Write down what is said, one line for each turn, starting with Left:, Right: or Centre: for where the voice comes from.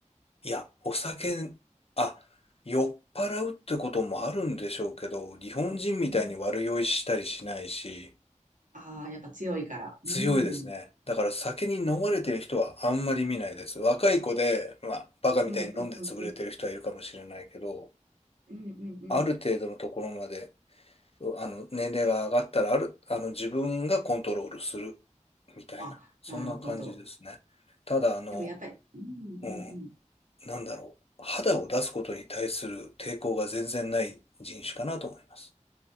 Left: いや、お酒、あ、酔っ払うってこともあるんでしょうけど、日本人みたいに悪酔いしたりしないし、
Right: うん。ああ、やっぱ強いから。うん。
Left: 強いですね。だから酒に飲まれてる人はあんまり見ないです。若い子で、まあ、バカみたいに飲んで潰れてる人はいるかもしれないけど、
Right: うんうんうんうん。うんうんうん。
Left: ある程度のところまで、あの、年齢が上がったら、ある、あの、自分がコントロールする、みたいな、
Right: あ、
Left: そんな感じですね。
Right: なるほど。
Left: ただ、あの、
Right: でもやっぱり、うんうんうん。
Left: うん、なんだろう、肌を出すことに対する抵抗が全然ない人種かなと思います。